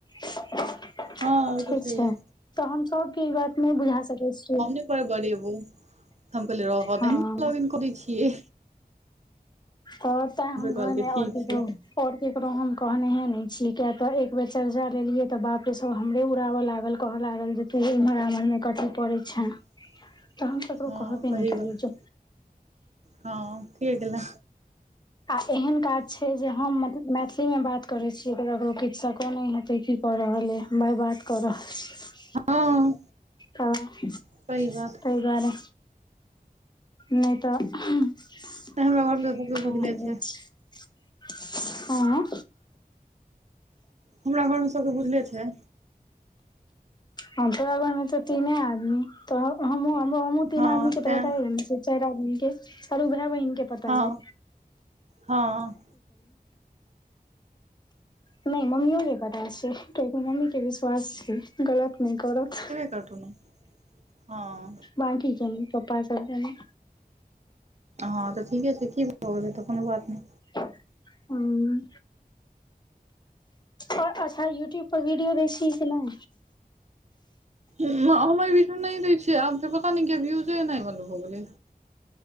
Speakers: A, on the left; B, on the right.
A: ठीक
B: हँ ओ तऽ छैहे
A: छै तऽ हम सबके ई बात। नहि बुझा सकै छियै।
B: बरबरेबो, हम कहलिए रहा
A: हँ
B: दिहिन ब्लोगिंग करै छिये।
A: आओर तै हम
B: कहलकै
A: घर में आओर
B: ठीक
A: ककरो।
B: छै
A: आओर केकरो हम कहनेहे नहि छियै, किया तऽ एक बेर चर्चा लेलियै तऽ बाप रे सभ हमरे उड़ाबऽ लागल। कहऽ लागल जे तुहे इम्हर-आम्हर में कथि पड़ै छै।
B: <inaudible>
A: तऽ हम ककरो
B: हँ
A: कहबे नहि
B: सही
A: केलिए
B: बात
A: जो।
B: हँ ठिके केलें।
A: आ एहन काज छै, जे हम मैथिली में बात करै छियै तऽ ककरो किछ सको नहि हेतै कि। कऽ रहले अइ, भाइ बात कऽ रहल छी।
B: हँ।
A: हं ताहि
B: सही बात
A: दुआरे। नहि तऽ <unintelligible>
B: नहि हमरा घरमे तऽ सबके बुझले छै
A: हाँ।
B: हमरा घर में सबके बुझले छै।
A: हँ, तोरा घर में तऽ तीने आदमी, तऽ हमहूँ तीन
B: हँ
A: आदमी के तऽ
B: तैं
A: बताये देने छिये। चाइर आदमी के, चारु भाइ-बहिन के पता
B: हँ
A: अय।
B: हँ
A: नहि मम्मीओ के पता छै, कियाकि मम्मी के विश्वास छै। गलत नहि करत।
B: <unintelligible> हां।
A: बाकी के नै, पप्पा सब के नै।
B: हां तऽ ठीके छै कि भऽ गेले त कुनू बात नै।
A: हुं। और अच्छा यूट्यूब पर वीडियो दे छी की नै।
B: उम्म म हम ए बीच मे नै दै छियै आब ते पता नै कियाए व्यूजे ऐनाय बन्द भऽ गेले।